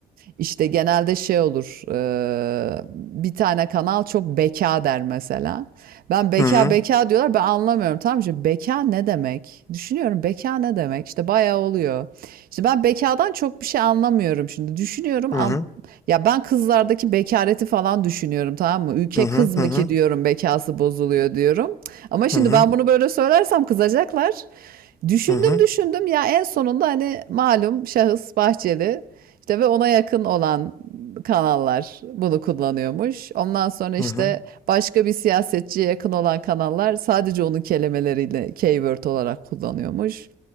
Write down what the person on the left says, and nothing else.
Hı hı.
Hı
hı.
Hı hı.
Hı hı.
Hı hı.
Hı hı.
Hı hı.